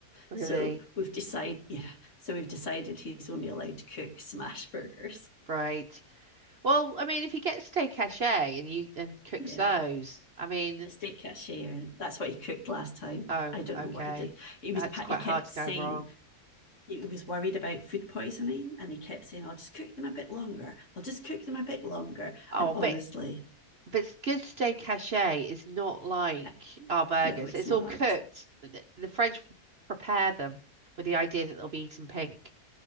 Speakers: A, on the right; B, on the left.
A: really.
B: So we've decided, yeah. So we've decided he's only allowed to cook smash burgers.
A: Right. Well, I mean, if he gets steak haché and you and cooks
B: Yeah.
A: those, I mean,
B: steak cashier. That's what he cooked last time.
A: oh,
B: I don't
A: okay,
B: know what he did. He was
A: that's quite
B: he kept
A: hard to
B: saying
A: go wrong.
B: he was worried about food poisoning, and he kept saying, "I'll just cook them a bit longer. I'll just cook them a bit longer."
A: Oh,
B: And honestly,
A: but but s- good steak haché is not like
B: eh,
A: our burgers.
B: no, it's
A: It's
B: not.
A: all cooked. The, the French prepare them with the idea that they'll be eaten pink,